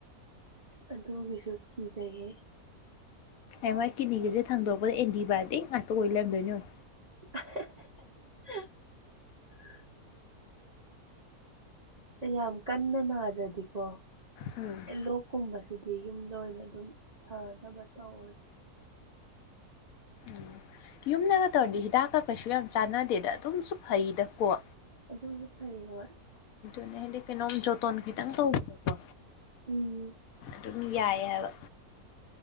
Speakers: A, on the right; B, on the left.
A: ꯑꯗꯨ ꯄꯁꯠ ꯀ ꯆꯥꯏꯒꯦ
B: ꯑꯦ ꯃꯥꯏ ꯀꯤꯅꯤꯒꯤꯁꯦ ꯊꯥꯡꯗꯣꯔꯛꯄꯗ ꯑꯦꯟꯗꯤ ꯕꯥꯗꯤ ꯉꯥꯛꯇ ꯑꯣꯏ ꯂꯩꯔꯗꯣꯏꯅꯦ
A: <inaudible> ꯌꯥꯝ ꯀꯟꯅ ꯅꯥꯗꯗꯤꯀꯣ
B: ꯎꯝ
A: ꯂꯣꯛꯀꯨꯝꯕꯁꯤꯗꯤ ꯌꯨꯝꯗ ꯑꯣꯏꯅ ꯑꯗꯨꯝ ꯐꯅꯕ ꯇꯧꯋꯦ
B: ꯎꯝ ꯌꯨꯝꯗꯒ ꯇꯧꯔꯗꯤ ꯍꯤꯗꯥꯛꯀ ꯀꯩꯁꯨ ꯌꯥꯝ ꯆꯥꯟꯅꯗꯦꯗ ꯑꯗꯨꯝꯁꯨ ꯐꯩꯗꯀꯣ
A: ꯑꯗꯨꯝꯁꯨ ꯐꯩ ꯍꯣꯢ
B: ꯎꯅꯗꯀ ꯅꯣꯡꯝ ꯌꯣꯟꯈꯤꯇꯪ ꯇꯥꯎꯕ
A: ꯎꯝ
B: ꯑꯗꯨꯝ ꯌꯥꯏ ꯍꯥꯏꯕ